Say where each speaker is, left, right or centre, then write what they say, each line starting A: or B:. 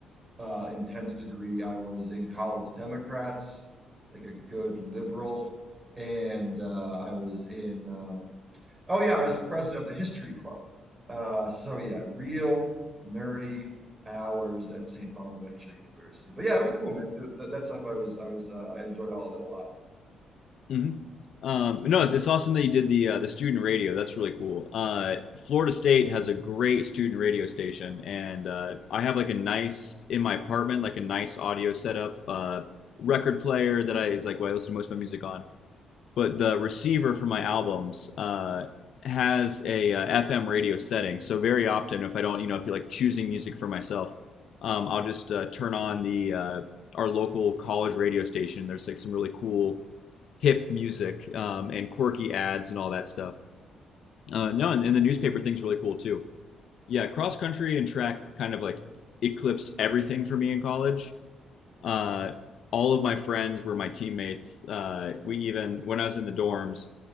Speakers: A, on the right; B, on the left.
A: uh, intense degree. I was in college Democrats, like a good liberal, and uh, I was in. Um, oh yeah, I was president of the history club. Uh, so yeah, real nerdy hours at St. Bonaventure University. But yeah, it was cool, man. It, that, that stuff I was I was uh, I enjoyed all of that a
B: hmm Um, no, it's, it's awesome that you did the uh, the student radio. That's really cool. Uh, Florida State has a great student radio station, and uh, I have like a nice in my apartment, like a nice audio setup, uh, record player that I is like what I listen to most of my music on. But the receiver for my albums uh, has a uh, FM radio setting, so very often if I don't, you know, if you're like choosing music for myself, um, I'll just uh, turn on the uh, our local college radio station. There's like some really cool hip music um, and quirky ads and all that stuff. Uh, no, and, and the newspaper thing's really cool too. Yeah, cross country and track kind of like eclipsed everything for me in college. Uh, all of my friends were my teammates. Uh, we even when I was in the dorms,